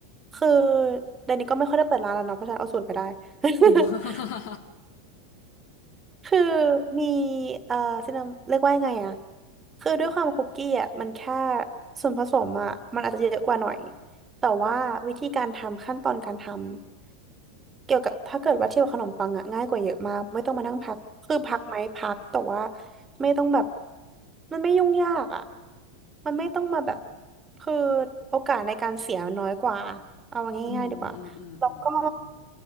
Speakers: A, on the right; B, on the left.
A: คือเดี๋ยวนี้ก็ไม่ค่อยได้เปิดร้านแล้วเนาะเพราะฉะนั้นเอาสูตรไปได้
B: <laughs> อื
A: <laughs> คือมีเอ่อซินาเรียกว่ายังไงอะคือด้วยความคุกกี้อะมันแค่ส่วนผสมอะมันอาจจะเยอะกว่าหน่อยแต่ว่าวิธีการทำขั้นตอนการทำเกี่ยวกับถ้าเกิดว่าเทียบกับขนมปังอะง่ายกว่าเยอะมากไม่ต้องมานั่งพักคือพักไหมพักแต่ว่าไม่ต้องแบบมันไม่ยุ่งยากอะมันไม่ต้องมาแบบคือโอกาสในการเสียน้อยกว่าเอาง่ายๆดีกว่าแล้วก็
B: มอืมอืมอืมอืมอืม